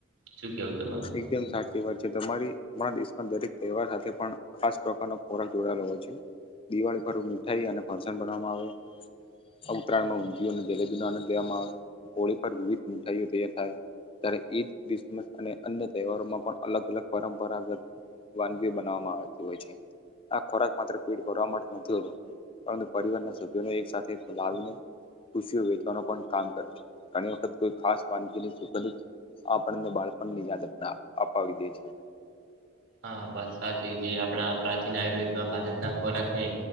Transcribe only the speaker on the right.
શું કેવું તમારે?
હા વાત સાચી જે આપણા પ્રાચીન આયુર્વેદમાં ભારત ના ખોરાક ને